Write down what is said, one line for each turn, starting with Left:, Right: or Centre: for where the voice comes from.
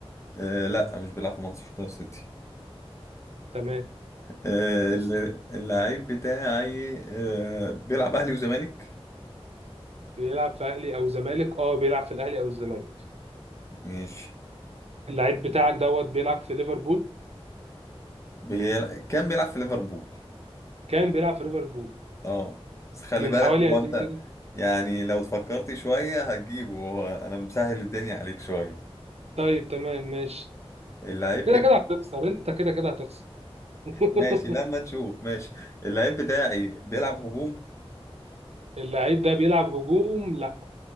Left: آه... لا مش بيلعب في مانشستر سيتي
Right: تمام
Left: آه...
Right: اسال
Left: الل- اللعيب بتاعي آه... بيلعب اهلي وزمالك
Right: بيلعب في اهلي او زمالك اه بيلعب في الاهلي او الزمالك
Left: ماشي
Right: اللعيب بتاعك دوت بيلعب في ليفربول
Left: بيلعب... كان بيلعب في ليفربول
Right: كان بيلعب في ليفربول
Left: اه بس خلي
Right: من
Left: بالك
Right: حوالي
Left: هو
Right: قد
Left: انت
Right: ايه كده
Left: يعني لو فكرت شوية هتجيبه هو انا مسهل الدنيا عليك شوية
Right: طيب تمام ماشي
Left: اللعيب
Right: كده كده هتخسر انت كده كده هتخسر <laughs>
Left: ماشي لما نشوف ماشي اللعيب بتاعي بيلعب هجوم
Right: اللعيب ده بيلعب هجوم لا